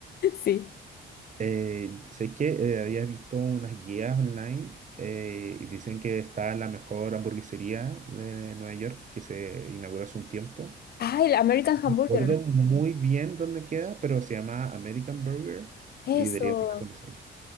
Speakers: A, on the left (about 55°); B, on the right (about 40°).
A: Sí.
B: Eh, ¿sabéis qué? Eh, había visto unas guías online eh, y dicen que está la mejor hamburguesería de Nueva York que se inauguró hace un tiempo.
A: Ay, el American
B: No
A: Hamburger,
B: recuerdo
A: ¿no?
B: muy bien dónde queda, pero se llama American Burger
A: Eso.
B: y deberíamos ir a conocerla.